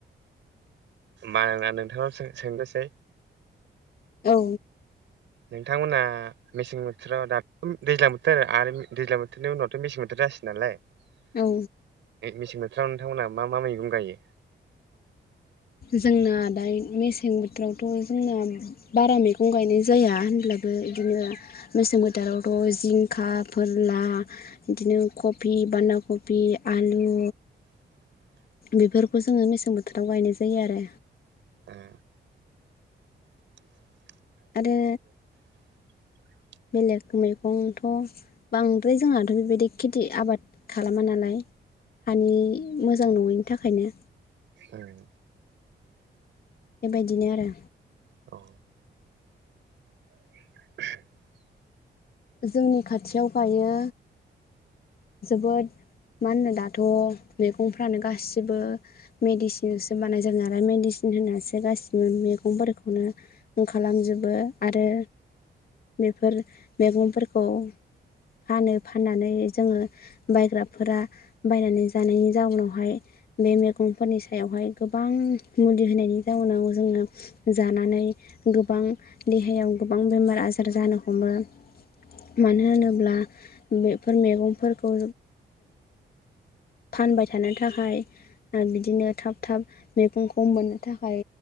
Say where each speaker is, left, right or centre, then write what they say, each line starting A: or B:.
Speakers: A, on the right; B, on the left.
A: माना नोंथांनाव सोंनोसै
B: औ
A: नोंथांमोनहा मेसें बोथोराव दाथ' दैज्लां बोथोर आरो दैज्लां बोथोरनि उनावथ' मेसें बोथोर जासिगोन नालाय <unintelligible>
B: औ
A: मेसें बोथोराव नोंथांमोनहा मा मा मैगं गायो
B: जोंना दा मेसें बोथोरावथ' जोंना बारा मैगं गायनाय जाया होनब्लाबो बिदिनो मोसोम बोथोरावथ' जिं थाखा फोरला बिदिनो कफि बान्दा कफ आलु
A: <inaudible>
B: बेफोरखौ जोङो मेसें बोथोराव गायनाय जायो आरो
A: उम <unintelligible>
B: आरो
A: <unintelligible>
B: बेलेग मैगंथ' बांद्राय जोंहाथ' बेबायदि खिथि आबाद खालामा नालाय हानि मोजां नङैनि थाखायनो
A: उम
B: बेबायदिनो आरो
A: औ <unintelligible>
B: जोंनि खाथियाव गायो जोबोद मा होनो दाथ' मैगंफ्रानो गासिबो मेडिसिनसो बानाय जायो नालाय मेडिसिन होननाासो गासिबो मैगंफोरखौनो खालामजोबो आरो बेफोर मैगंफोरखौ फानो फाननानै जोङो बायग्राफोरा बायनानै जानायनि जाउनावहाय बे मैगंफोरनि सायावहाय गोबां मुलि होनायनि जाउनाव जोङो जानानै गोबां देहायाव गोबां बेमार आजार जानो हमो मानो होनोब्ला बेफोर मैगंफोरखौ फानबाय थानो थाखाय आरो बिदिनो थाब थाब मैगंखौ मोननो थाखाय